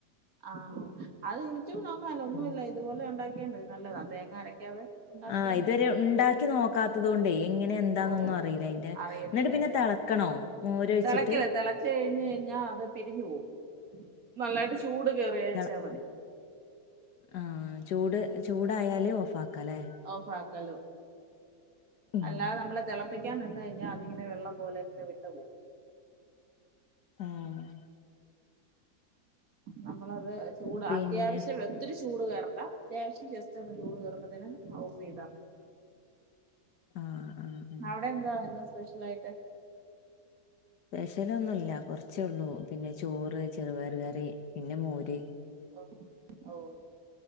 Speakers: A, on the right; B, on the left.
A: ആഹ് അത് യൂട്യൂബ് നോക്കാല്ലോ ഒന്നുല്ല
B: ഉം
A: ഇതുപോലെ ഉണ്ടാക്കിയാൽ മതി നല്ലതാ തേങ്ങ അരക്കാതെ. ഉണ്ടാക്കിയാ
B: ആഹ് ഇതുവരെ
A: നല്ലതാ
B: ഉണ്ടാക്കി നോക്കാത്തതോണ്ടേ. ഇങ്ങനെ എന്താന്നൊന്നും
A: ഓഹ്
B: അറിയില്ല അതിന്റെ
A: അറിയത്തില്ലല്ലേ
B: എന്നിട്ട് പിന്നെ തിളക്കണോ മോര് ഒഴിച്ചിട്ട്.
A: തിളക്കില്ല തിളച്ച് കഴിഞ്ഞ് കഴിഞ്ഞാ അത് പിരിഞ്ഞു പോവും നല്ലായിട്ട് ചൂട് കയറിയയച്ചാൽ
B: തെള
A: മതി.
B: ആഹ് ചൂട് ചൂടായാലേ ഓഫ് ആക്കാംല്ലേ.
A: ഓഫാക്കല്ലോ
B: ഉം
A: അല്ലാതെ നമ്മളെ തിളപ്പി കാൻനിന്ന് കഴിഞ്ഞാൽ അതിങ്ങനെള്ളം പോലെ ഇങ്ങെ വിട്ട പോവും.
B: ആഹ്
A: നമ്മളത് ചൂട്
B: പിന്നെ
A: അത്യാവശ്യം വ ഒത്തിരി ചൂട് കയറണ്ട അത്യാവശ്യം ജസ്റ്റ് ഒന്ന് ചൂട് കയറുന്നതിന് ഓഫ് ചെയ്താൽ മതി.
B: ആഹ് ആഹ് ആഹ്
A: അവിടെന്തായിന്നു സ്പെഷ്യൽ ആായിട്ട്.
B: പെശലൊന്നുമില്ല കുറച്ചള്ളൂ പിന്നെ ചോറ് ചെറുപയർ കറി പിന്നെ മോര്.
A: ഓഹ് ഓഹ്